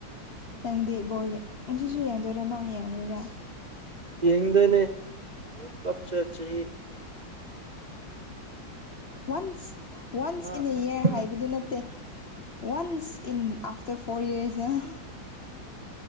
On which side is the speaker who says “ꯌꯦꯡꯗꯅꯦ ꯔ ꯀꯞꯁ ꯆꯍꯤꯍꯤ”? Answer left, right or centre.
Right